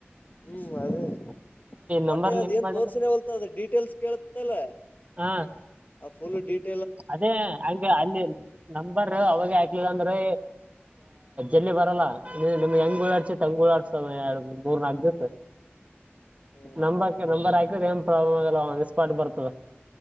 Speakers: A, on the left; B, on the right.
A: ಹ್ಮ್ ಅದೇ ಬಟ್ಟೆ
B: ನಂಬರ್ ಲಿಂಕ್
A: ಅದ್ ಏನ್
B: ಮಾಡಿದ್ರ
A: ತೋರ್ಸಿನ ಹೊಲ್ತ ಅದ ಡೀಟೇಲ್ಸ್ ಕೇಳತ್ತಲ್ಲ
B: ಹಾ
A: ಆ ಫುಲ್ ಡೀಟ್
B: ಅದೇ ಹ ಅಲ್ಲಿ ನಂಬರ್ ಅವಾಗ ಹಾಕ್ಲಿಲ್ಲಂದ್ರೆ ಎಲ್ಲಿ ಬರಲ್ಲ ನಿಮ್ಗೆ ಹೆಂಗ ತುಡ್ ಸಮಯ ಮೂರ್ ನಾಲ್ಕು ದಿವಸ
A: ಹ್ಮ್
B: ನಂಬಕ ನಂಬರ್ ಏನ್ ಪ್ರಾಬ್ಲಮ್ ಆಗಲ್ಲ ಒ ಮಿಸ್ಪಾಟ್ ಬರ್ತದ